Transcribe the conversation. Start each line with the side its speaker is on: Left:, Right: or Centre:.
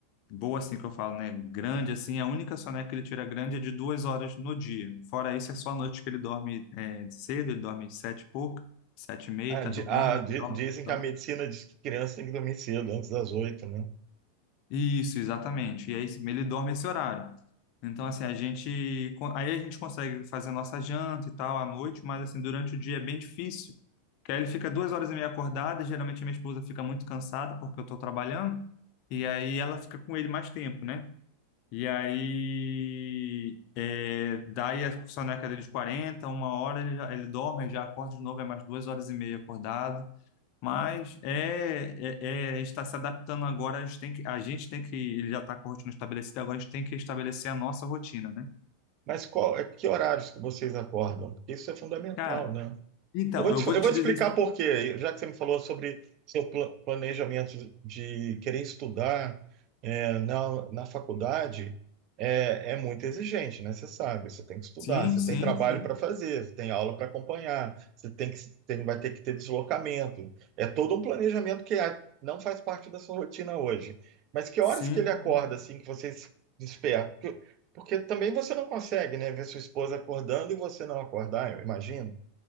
Left: boa assim que eu falo, né? Grande assim, a única soneca que ele tira grande é de duas horas no dia. Fora isso, é só a noite que ele dorme é, cedo, ele dorme sete e pouco, sete e meia,
Right: Ah,
Left: tá
Right: di-
Left: dormindo,
Right: ah,
Left: ele
Right: di-
Left: dorme,
Right: dizem que
Left: dorme-
Right: a medicina diz que criança tem que dormir cedo, antes das oito, né?
Left: Isso, exatamente. E aí ele dorme esse horário. Então, assim, a gente. Aí a gente consegue fazer a nossa janta e tal à noite, mas assim, durante o dia é bem difícil. Porque aí ele fica duas horas e meia acordado, e geralmente a minha esposa fica muito cansada porque eu estou trabalhando, e aí ela fica com ele mais tempo, né? E aí, é, daí a discussão na cadeira de 40 uma hora ele, já, ele dorme, ele já acorda de novo, é mais duas horas e meia acordado. Mas é, é, é, está se adaptando agora, a gente tem que, a gente tem que, ele já está com a rotina estabelecida, agora a gente tem que estabelecer a nossa rotina, né?
Right: Mas qual, é, que horários que vocês acordam? Porque isso é fundamental,
Left: Cara,
Right: né?
Left: então,
Right: Eu vou
Left: eu
Right: te,
Left: vou
Right: eu
Left: te
Right: vou te
Left: dizer,
Right: explicar por quê, já que você me falou sobre seu pla- planejamento de de querer estudar é, na, na faculdade, é, é muito exigente, né? Você sabe, você tem que estudar,
Left: sim,
Right: você
Left: sim,
Right: tem trabalho
Left: sim,
Right: para fazer, você tem aula para acompanhar, você tem que, tem, vai ter que ter deslocamento. É todo um planejamento que a- não faz parte da sua rotina hoje. Mas que horas
Left: sim.
Right: que ele acorda, assim, que você se desperta? Porque, porque também você não consegue, né, ver sua esposa acordando e você não acordar, eu imagino.